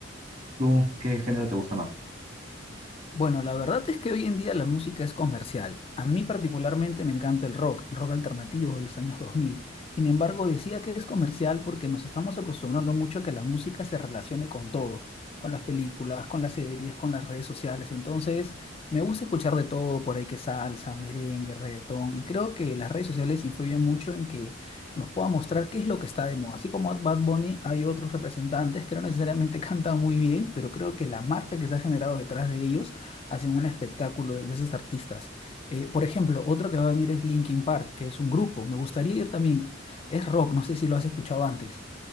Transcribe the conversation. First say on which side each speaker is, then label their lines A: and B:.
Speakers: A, on the right (about 40°); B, on the left (about 30°).
A: ¿Tú qué género te gusta más?
B: Bueno, la verdad es que hoy en día la música es comercial. A mí particularmente me encanta el rock, rock alternativo de los años 2000. Sin embargo, decía que es comercial porque nos estamos acostumbrando mucho a que la música se relacione con todo, con las películas, con las series, con las redes sociales. Entonces, me gusta escuchar de todo, por ahí que salsa, merengue, reggaetón. Y creo que las redes sociales influyen mucho en que nos pueda mostrar qué es lo que está de moda. Así como Bad Bunny, hay otros representantes que no necesariamente <laughs> cantan muy bien, pero creo que la marca que se ha generado detrás de ellos hacen un espectáculo de esos artistas. Eh, por ejemplo, otro que va a venir es Linkin Park, que es un grupo. Me gustaría ir también. Es rock, no sé si lo has escuchado antes.